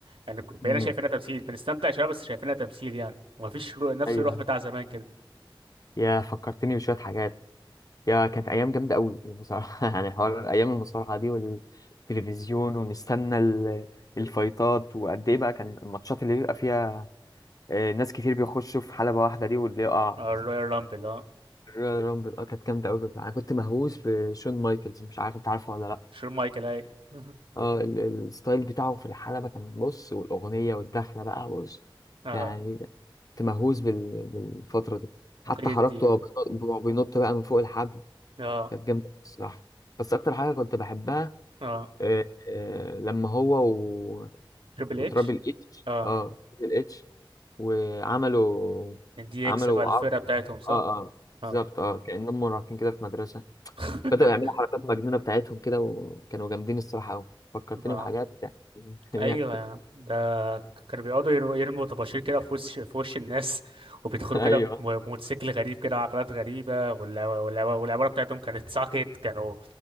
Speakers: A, on the right; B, on the left.
A: يعني بقينا
B: مم.
A: شايفينها تمثيل بنستمتع شويه بس شايفينها تمثيل يعني ومفيش رو... نفس
B: ايوه
A: الروح بتاع زمان كده
B: يا فكرتني بشويه حاجات يا كانت ايام جامده قوي بصراحه <laughs> يعني حوار ايام المصارعه دي والتلفزيون ونستنى ال- الفايتات وقد ايه بقى كان الماتشات اللي بيبقى فيها آه، ناس كتير بيخشوا في حلبه واحده دي واللي يقع
A: آه، الرويال رامبل اه
B: الرويال رامبل اه كانت جامده قوي انا كنت مهووس بشون مايكلز مش عارف انت عارفه ولا لا
A: شون مايكل اي <laughs>
B: اه ال- ال- الستايل بتاعه في الحلبة كان بص والأغنية والدخلة بقى بص
A: اه
B: يعني كنت مهووس بال- بالفترة دي حتى
A: عقيدة
B: حركته
A: دي يعني.
B: وهو بينط وهو بينط بقى من فوق الحبل
A: اه
B: كانت جامدة الصراحة بس أكتر حاجة كنت بحبها
A: اه
B: آه، آه، لما هو و...
A: تريبل
B: وترابل
A: اتش
B: اتش
A: اه
B: اه ترابل اتش وعملوا
A: دي
B: عملوا
A: اكس بقى الفرقة
B: عرض
A: بتاعتهم صح؟
B: اه اه
A: اه
B: بالظبط اه كأنهم مراهقين كده في مدرسة
A: <laughs>
B: بدأوا يعملوا حركات مجنونة بتاعتهم كده وكانوا جامدين الصراحة أوي فكرتني
A: اه
B: بحاجات يعني
A: ايوه يا
B: <laughs>
A: عم ده كانوا بيقعدوا يرموا يرموا طباشير كده في وش في وش الناس <laughs> وبيدخلوا
B: ايوه
A: كده بم- بموتوسيكل غريب كده وعقلات غريبة والع- والع- والعبارة بتاعتهم كانت ساكت كانوا